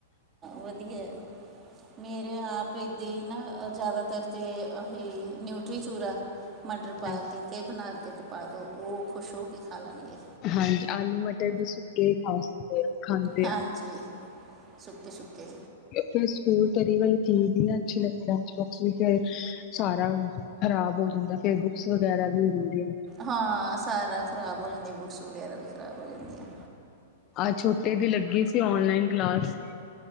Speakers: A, on the right; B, on the left.
A: ਵਧੀਆ ਮੇਰੇ ਆਪ ਇੱਦਾਂ ਹੀ ਨਾ ਜ਼ਿਆਦਾਤਰ ਤਾਂ ਇਹ ਨਿਊਟਰੀ ਚੂਰਾ ਮਟਰ ਪਾ
B: ਹਾਂ
A: ਕੇ ਅਤੇ ਬਣਾ ਕੇ ਅਤੇ ਪਾ ਦਿਉ ਉਹ ਖੁਸ਼ ਹੋ ਕੇ ਖਾ ਲੈਣਗੇ।
B: ਹਾਂਜੀ ਆਲੂ ਮਟਰ ਵੀ ਸੁੱਕੇ ਖਾ ਸਕਦੇ। ਖਾਂਦੇ
A: ਹਾਂਜੀ ਸੁੱਕੇ- ਸੁੱਕੇ
B: ਫਰ ਸਕੂਲ ਤਰੀ ਵਾਲੀ ਚੀਜ਼ ਵੀ ਅੱਛੀ ਲੱਗਦੀ <unintelligible> ਵੀ ਫਿਰ ਸਾਰਾ ਖਰਾਬ ਹੋ ਜਾਂਦਾ ਫੇਰ ਬੁੱਕਸ ਵਗੈਰਾ ਵੀ ਹੁੰਦੀ ਏ।
A: ਹਾਂ ਸਾਰਾ ਖ਼ਰਾਬ ਹੋ ਜਾਂਦੀ ਬੁੱਕਸ ਵਗੈਰਾ ਵੀ ਖਰਾਬ ਹੋ ਜਾਂਦੀਆਂ
B: ਆਹ ਛੋਟੇ ਦੀ ਲੱਗੀ ਸੀ ਓਨਲਾਈਨ ਕਲਾਸ